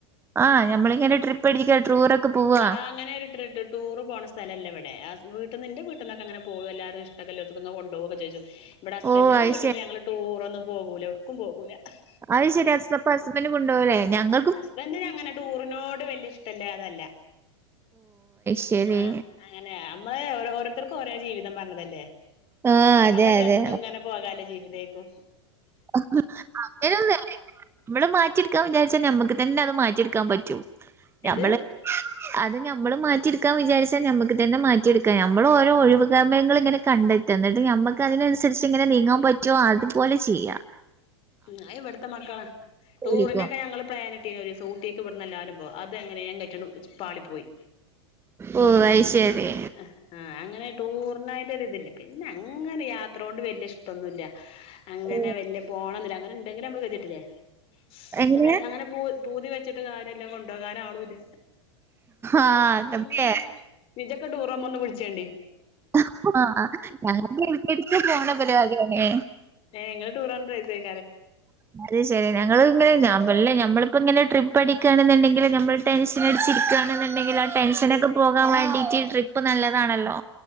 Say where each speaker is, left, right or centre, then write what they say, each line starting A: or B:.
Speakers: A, on the right; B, on the left.
A: ആഹ് ഞമ്മളിങ്ങനെ ട്രിപ്പ് അടിക്ക ടൂറൊക്കെ പോവാ
B: ഞാ... അങ്ങനൊരു <unintelligible> ടൂറ് പോണ സ് സ്ഥലല്ലിവ്ടെ <unintelligible> വീട്ട്ന്ന് ന്റെ വീട്ട്ന്നൊക്കെങ്ങനെ പോകല്ലാരുഷ്ടക്ക ലോത്തക്ക്ങ്ങനെ കൊണ്ടോകൊക്കെചോച്ച വിടെ ഹസ്ബന്റിന്റെ
A: ഓഹ് അത്
B: വീട്ട്ന്നങ്ങള്
A: ശരി
B: ടൂറൊന്നും പോകൂല.. ഏട്ക്കും പോകൂല... ക്ഹ..
A: അയ്ശരി.. ഹസ്.. പ്പ.. ഹസ്ബൻഡ് കൊണ്ടൊവുലെ ഞങ്ങ
B: ഹസ്ബന്റിനങ്ങനെ ടൂറിനോട്.. വല്ല്യേ ഇഷ്ടല്ലാതല്ല.
A: ശരി
B: ങാ... അങ്ങനെ. അമ്മള് ഓരോര്ത്തർക്കോരോ ജീവിതം പറഞ്ഞതല്ലേ.
A: ആഹ്
B: നമ്മൾക്കൊക്കെന്നും
A: അതെ അതെ
B: ങ്ങനെ പോകാല്ല ജീവിതേര്ക്കും.
A: അഹ്... അങ്ങനൊന്ന <inaudible> മ്മള് മാറ്റിെട്ക്കാ വിചാര് ച്ച ഞമ്മക്ക് തന്നത് മാറ്റിട്ക്കാ പറ്റും. ഞമ്മള്
B: എന്ത്
A: <unintelligible> അത് ഞമ്മള് മാറ്റിട്ക്കാ വിചാര്ച്ചാ ഞമ്മക്ക് തന്നെ മാറ്റിട്ക്കാ. ഞമ്മളു ഓരോ ഒഴിവു സമയങ്ങളിങ്ങനെ കണ്ടെ ത്ത്ന്നട്ട് ഞമ്മക്കതിനൻസരിച്ച് ങ്ങനെ നീങ്ങാമ്പറ്റോ അത്പോലെ ചെയ്യ...
B: ഉം.. അയ്വ്ട്ത്തെ മക്ക...
A: ലൈഫിരിക്കും
B: ടൂറിനൊക്കെ ഞങ്ങള് പ്ലാനി ട്ടീന്നോരീസം ഊട്ടീക്കിവ്ട്ന്നെല്ലാരും പോ.. അതെങ്ങനെങ്ങറ്റണു.. പാളി പോയ്.
A: ഓ അത് ശരി
B: ങ്ഹ്... ങ്ഹ്... ങാ.. അങ്ങനെ ടൂർനായ്റ്റൊരിതില്ല. പിന്നെങ്ങനെ. യാത്രോണ്ട് വല്ല്യ ഇഷ്ടൊന്നുല്ല. അങ്ങനെ
A: ഓ
B: വല്ല്യേ പോണംന്നില്ല അങ്ങനെണ്ടെങ്കില് മ്മള് കേത്ട്ടിലെ <unintelligible>
A: എങ്ങനെ
B: ഏത്.. അങ്ങനെ പോ പൂതിവച്ചിട്ട് കാര്യല്ല.. കൊണ്ടോകാനാളൂല്ല..
A: ആഹ് അതൊക്കെ
B: ഹ്ഹഹ്ഹ്മ്മ്.... ഇജ്ജൊക്കെ ടൂറോകുമ്പൊന്ന് വിൾച്ചോണ്ടി...
A: ങാ... അ.. ആ... <unintelligible> ഞങ്ങക്കെടക്കെടക്ക് പോണ പരിപാടിയാണെ.
B: ങേ... ങ്ങളെ ടൂർ എന്തായിപ്പോയി...
A: അത്ശരി.. ഞങ്ങളുങ്ങനന്യാണ് തല്ലേ.. നമ്മളിപ്പോ ഇങ്ങനെ ട്രിപ്പ്‌ അടിക്കയാണെന്നൊണ്ടെങ്കില് ഞമ്മള് ടെൻഷനട്ച്ചിരിക്കാണ്ന്ന്ണ്ടെങ്കി ആ ടെൻഷനൊക്കെ പോ പോകാ വേണ്ടീറ്റ് ട്രിപ്പ് നല്ലതാണല്ലോ.